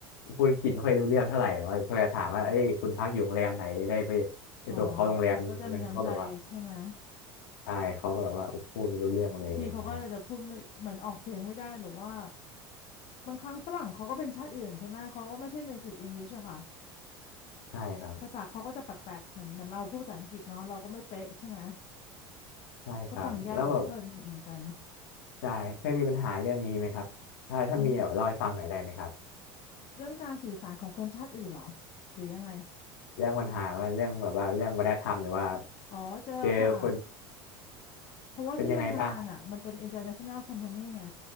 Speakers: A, on the left (about 75°); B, on the left (about 55°).
A: พูดอังกฤษไม่ค่อยรู้เรื่องเท่าไหร่ว่าพอจะถามว่าเอ้ยคุณพักอยู่โรงแรมไหนได้ไปไปส่งเขาโรงแรมดังนั้นเขาก็แบบว่า
B: อ๋อเราก็จะมีน้ำใจใช่ไหม
A: ใช่เขาก็แบบว่าพูดไม่รู้เรื่องเลยอะไรเงี้ย
B: บางทีเขาก็จะพูดไม่เหมือนออกเสียงไม่ได้หรือว่า บางครั้งฝรั่งเขาก็เป็นชาติอื่นใช่ไหมเขาก็ไม่ใช่ native English อะค่ะ
A: ใช่ครับ
B: ภาษาเขาก็จะแปลกๆเหมือนเหมือนเราพูดภาษาอังกฤษเนาะเราก็ไม่เป๊ะใช่ไหม
A: ใช่ครับแล้วแบบ
B: ก็ฟังยากเหมือนกันเหมือนกัน
A: ใช่เคยมีปัญหาเรื่องนี้ไหมครับถ้าถ้ามีแบบเล่าให้ฟังหน่อยได้ไหมครับ
B: อืมเรื่องการสื่อสารของคนชาติอื่นเหรอหรือยังไง
A: เรื่องปัญหาว่าเรื่องแบบว่าเรื่องวัฒนธรรมหรือว่า
B: อ๋อเจอค่ะ
A: เจอคน
B: เพราะว่าที่ทำงานอ่ะมันเป็น
A: เป็นยังไงบ้าง
B: international company ไง